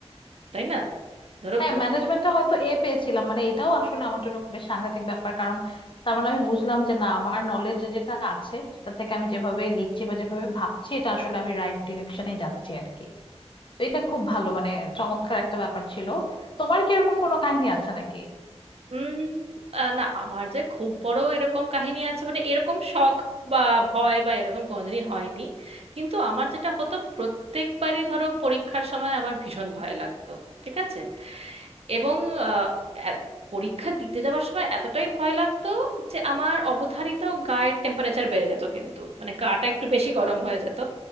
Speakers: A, on the right (about 65°); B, on the left (about 50°).
A: তাই না ধরো
B: হ্যাঁ ম্যানেজমেন্টটা হয়তো এ পেয়েছিলাম মানে এটাও আসলে আমার জন্য খুব বেশ সাংঘাতিক ব্যাপার কারণ তার মানে আমি বুঝলাম যে না আমার নলেজ যেটা আছে সেটা থেকে আমি যেভাবে লিখছি বা যেভাবে ভাবছি এটা আসলে আমি রাইট ডিরেকশনে যাচ্ছি আর কি তো এটা খুব ভালো মানে চমৎকার একটা ব্যাপার ছিল তোমার কি এরকম কোনো কাহিনী আছে নাকি
A: উম আহ, না আমার যে খুব বড় এরকম কাহিনী আছে মানে এরকম শখ বা ভয় বা এরকম কোনোদিনই হয়নি কিন্তু আমার যেটা হতো প্রত্যেকবারই ধরো পরীক্ষার সময় আমার ভীষণ ভয় লাগতো ঠিক আছে এবং আহ, এ- পরীক্ষা দিতে যাওয়ার সময় এতটাই ভয় লাগতো যে আমার অবধারিত গায়ের টেম্পারেচার বেড়ে যেত কিন্তু মানে গাটা একটু বেশি গরম হয়ে যেত